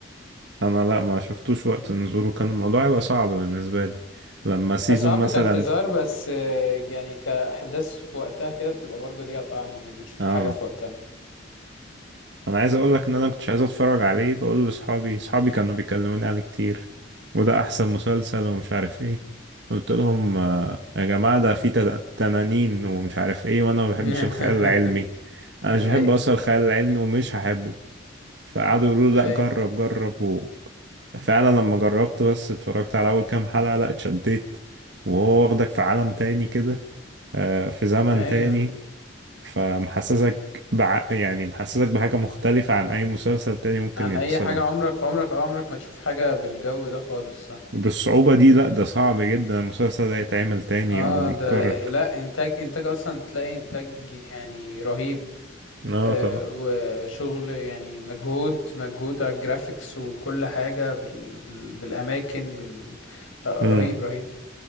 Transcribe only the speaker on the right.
انا لا ما شفتوش وقت نزوله كان الموضوع هيبقى صعب بالنسبه لي لما سيزون
مثلا
اه
انا عايز اقول لك ان انا كنتش عايز اتفرج عليه بقول لاصحابي اصحابي كانوا بيكلموني عليه كتير وده احسن مسلسل ومش عارف ايه قلت لهم آه، يا جماعه ده فيه تن- تنانين ومش عارف ايه وانا ما بحبش
الخيال العلمي انا مش
بحب اصلا الخيال العلمي ومش هحبه فقعدوا يقولوا لي
لا جرب جرب و... فعلا لما جربت بس اتفرجت على اول كام حلقة لا اتشديت وهو واخدك في عالم تاني كده آه، في زمن
تاني فمحسسك بع... يعني محسسك بحاجة مختلفة عن اي مسلسل تاني ممكن
يحصل
يعني
وبالصعوبة دي لا ده صعب جدا المسلسل ده يتعمل تاني
او يتكرر
اه
طبعا
مم.